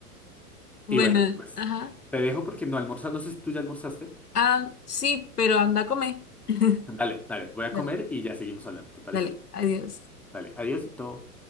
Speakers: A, on the left; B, in the centre.
A: Bueno,
B: Y bueno, pues
A: ajá.
B: te dejo porque no almorzas. No sé si tú ya almorzaste.
A: Ah, sí, pero anda a comer. <laughs>
B: Dale, dale, voy a
A: Dale,
B: comer y ya seguimos hablando, ¿te parece?
A: dale, adiós.
B: Dale, adiós y todo.